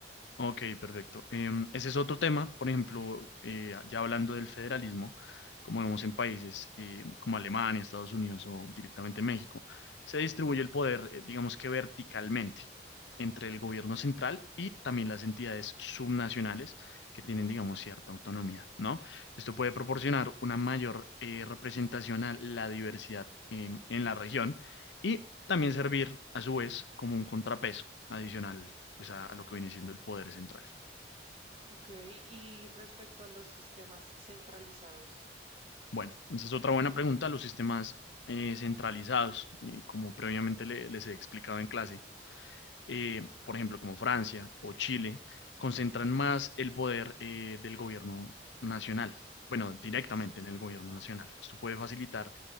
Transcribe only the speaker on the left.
Ok, perfecto. Em, ese es otro tema, por ejemplo, eh, ya hablando del federalismo, como vemos en países eh, como Alemania, Estados Unidos o directamente México, se distribuye el poder, eh, digamos que verticalmente, entre el gobierno central y también las entidades subnacionales que tienen, digamos, cierta autonomía, ¿no?
Esto puede proporcionar
una mayor eh, representación a la diversidad em, en la región y también servir, a su vez, como un contrapeso adicional pues a, a lo que viene siendo el poder central.
Bueno, esa es otra buena pregunta. Los sistemas eh, centralizados, eh, como previamente le- les he explicado en clase, eh, por ejemplo, como Francia o Chile, concentran más el poder eh, del gobierno nacional. Bueno, directamente
en el gobierno nacional. Esto puede facilitar